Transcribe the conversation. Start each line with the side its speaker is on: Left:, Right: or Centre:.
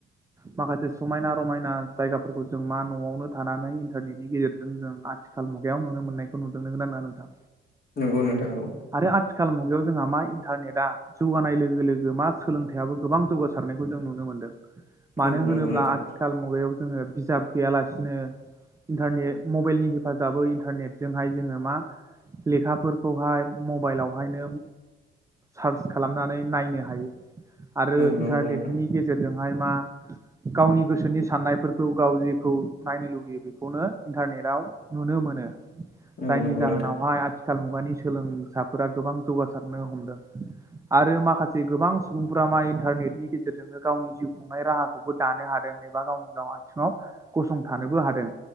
Right: माखासे समायना रमायना जायगाफोरखौ जों मा न'आवनो थानानै इन्टारनेट। बेनि गेजेरजों जों आथिखाल मुगायाव नुनो मोननायखौ नुदों नोंगौना नंआ नोंथां।
Left: नंगौ नोंथां औ।
Right: आरो आथिखाल मुगायाव जोंहा मा इन्टारनेटआ जौगानाय लोगो लोगो मा सोलोंथाइाबो गोबां जौगासारनायखौ जों नुनो मोनदों। मानो
Left: औ नंगौ
Right: होनोब्ला
Left: नोंथां
Right: आथिखाल मुगायाव जोङो बिजाब गैयालासिनो इन्टारनेट मबाइलनि हेफाजाबै इन्टारनेटजोंहाय जोङो मा लेखाफोरखौहाय मबाइलावहायनो सार्च खालामनानै नायनो हायो। आरो
Left: औ नंगौ
Right: इन्टारनेटनि
Left: नोंथां
Right: गेजेरजों मा गावनि गोसोनि साननायफोरखौ गाव जेखौ नायनो लुबैयो बेखौ खौनो इन्टारनेटाव नुनो मोनो।
Left: औ
Right: जायनि
Left: नंगौ
Right: जाहोनावहाय
Left: नोंथां
Right: आथि - खाल मुगानि सोलोंसाफोरा गोबां जौगासारनो हमदों आरो माखासे गोबां सुबुंफोरा मा इन्टारनेटनि गेजेरजोंनो गावनि जिउ खुंनाय राहाखौबो दानो हादों एबा गावनि गाव आथिङाव गसंथानोबो हादों।